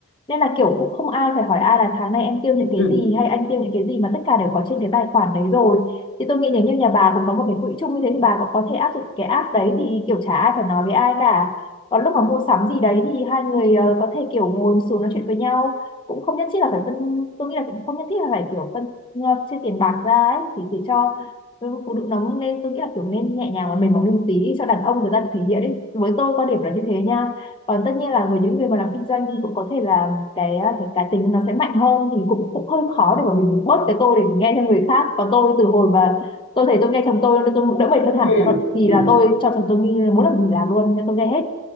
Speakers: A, on the left (about 25°); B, on the left (about 55°).
A: nên là kiểu cũng không ai phải hỏi ai là tháng này em tiêu những cái
B: Ừ.
A: gì hay anh tiêu những cái gì mà tất cả đều có trên cái tài khoản đấy rồi thì tôi nghĩ nếu như nhà bà cũng có một cái quỹ chung như thế thì bà cũng có thể áp dụng cái app đấy thì kiểu chả ai phải nói với ai cả còn lúc mà mua sắm gì đấy thì hai người ờ, có thể kiểu ngồi xuống nói chuyện với nhau cũng không nhất thiết là phải phân tôi nghĩ là cũng không nhất thiết là phải kiểu phân ờ, chia tiền bạc ra ấy thì để cho ừ, phụ nữ nóng nên tôi nghĩ là kiểu nên nhẹ nhàng và mềm mỏng lên một tí đi, cho đàn ông người ta được thể hiện ấy với tôi quan điểm là như thế nha còn tất nhiên là với những người mà làm kinh doanh thì cũng có thể là cái ờ, cái cá tính nó sẽ mạnh hơn thì cũng cũng hơi khó để mà mình bớt cái tôi để mình nghe theo người khác còn tôi từ hồi mà tôi thấy tôi nghe chồng tôi nên tôi đỡ mệt hơn hẳn
B: ừ
A: thì
B: ừ
A: là tôi cho chồng tôi như muốn làm gì làm luôn nên tôi nghe hết